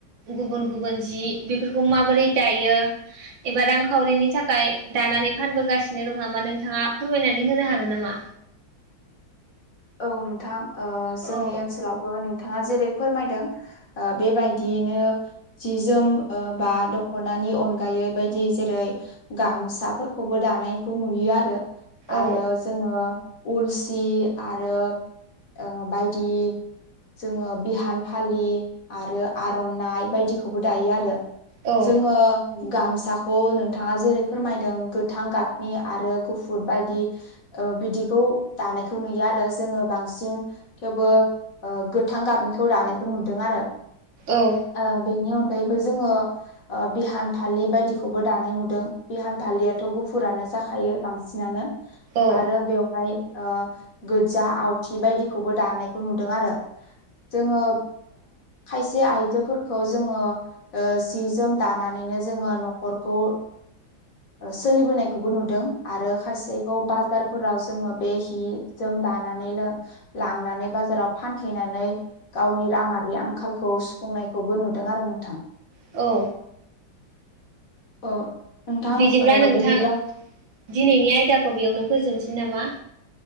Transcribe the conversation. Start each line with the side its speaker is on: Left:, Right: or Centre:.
Right: गुबुन गुबुन जि बेफोरखौ माबोरै दायो एबा रांखावरिनि थाखाय दायो नानै फानासिनो दं नामा नोंथाङा फोरमायनानै होनो हागोन नामा?
Left: औ नोंथां जोंनि
Right: औ
Left: ओनसोलावबो नोंथाङा जेरै फोरमायदों बेबायदियैनो सि जोम बा दखनानि अनगायै बेबायायदि जेरै गामसाफोरखौबो दानायखौ नुयो आरो
Right: औ
Left: आरो जोङो उलसि आरो बायदि जोङो बिहान फालि आरो आर'नाइ बायदिखौबो दायो आरो
Right: औ
Left: जोङो गामसाखौ नोंथाङा जेरै फोरमायदों गोथां गाबनि आरो गुफुर बायदि बिदिखौ दानायखौ नुयो आरो आरो जोङो बांसिन थेवबो गोथां गाबनिखौ दानायखौ नुदों आरो।
Right: औ
Left: ओ बेनि अनगा यैबो जोङो बिहान फालि बायदिखौबो दानाय नुदों बिहान फालियाथ' गुफुरानो जाखायो बांसिनानो
Right: औ
Left: आरो बेवहाय गोज्जा आवथि बायदिखौबो दानायखौ नुदों आरो। जोङो खायसे आयजोफोरखौ जोङो जि जोम दानानै बेनो जोङो न'खरखौ सोलिबोनायखौबो नुदों आरो खायसेखौ बाजारफोराव जोङो बे हि जोम दानानै ल लांनानै बाजाराव फानहैनानै गावनि राङारि आंखालखौ खौ सुफुंनायखौबो नुदों आरो नोंथां।
Right: औ
Left: अ नोंथां
Right: बिदिब्ला
Left: ओ
Right: नोंथां
Left: बिदिब्ला
Right: दिनैनि आयदाखौ बेयावनो फोजोबनोसै नामा?